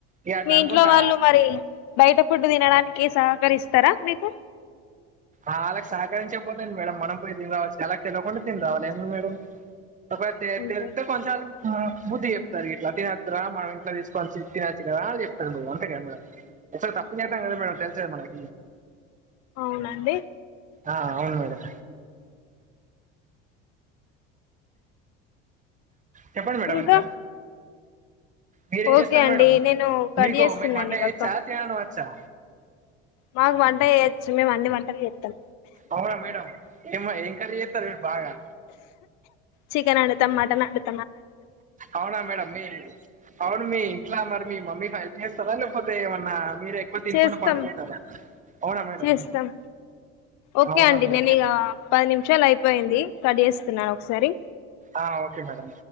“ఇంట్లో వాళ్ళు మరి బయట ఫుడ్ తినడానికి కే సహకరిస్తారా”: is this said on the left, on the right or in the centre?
Left